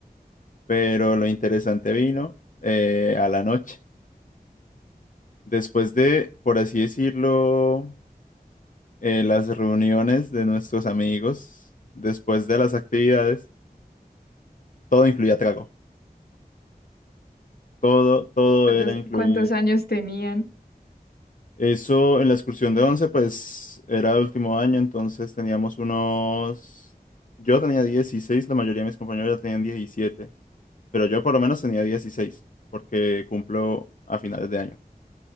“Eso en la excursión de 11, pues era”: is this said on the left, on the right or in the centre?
Left